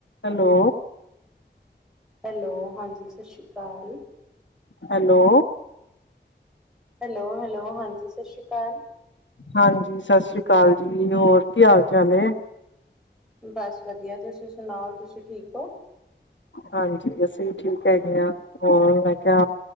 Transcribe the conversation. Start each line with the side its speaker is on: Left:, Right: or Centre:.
Left: Hello.
Centre: Hello ਹਾਂਜੀ, ਸਤਿ ਸ਼੍ਰੀ ਅਕਾਲ।
Left: Hello.
Centre: Hello, hello ਹਾਂਜੀ ਸਤਿ ਸ਼੍ਰੀ ਅਕਾਲ।
Left: ਹਾਂਜੀ ਸਤਿ ਸ੍ਰੀ ਅਕਾਲ ਜੀ ਹੋਰ ਕੀ ਹਾਲ ਚਾਲ ਹੈ?
Centre: ਬਸ ਵਧੀਆ, ਤੁਸੀਂ ਸੁਣਾਓ ਤੁਸੀਂ ਠੀਕ ਹੋ?
Left: ਹਾਂਜੀ, ਅਸੀਂ ਠੀਕ ਹੈਗੇ ਹਾਂ, ਹੋਰ ਮੈਂ ਕਿਹਾ?